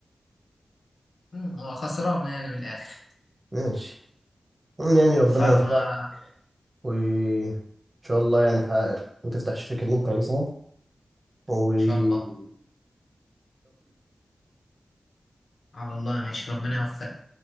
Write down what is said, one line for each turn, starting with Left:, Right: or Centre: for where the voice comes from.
Left: مم، خسرانه يعني من الاخر
Right: ماشي عموما يعني ربنا
Left: فما
Right: يوفقك وان شاء الله يعني تحقق وتفتح الشركه اللي انت عايزها وتوفيق
Left: ان شاء الله على الله ماشي ربنا يوفقك